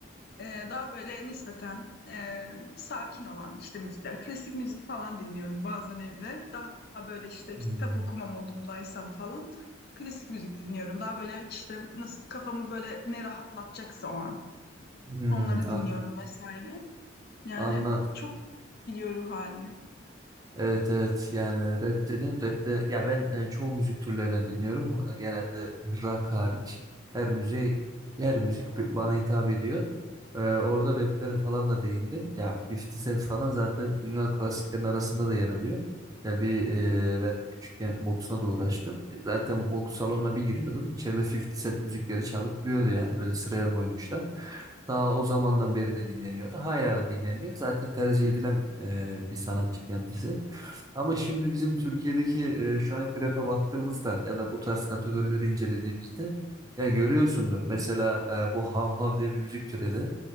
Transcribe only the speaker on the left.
ee, daha böyle nispeten e, sakin olan işte müzikler. Klasik müzik falan dinliyorum bazen evde. Daha böyle işte
kitap okuma modumdaysam falan. Klasik müzik dinliyorum. Daha böyle işte nasıl kafamı böyle ne rahatlatacaksa o an.
Onları
dinliyorum vesaire. Yani
çok biliyor ruh halini.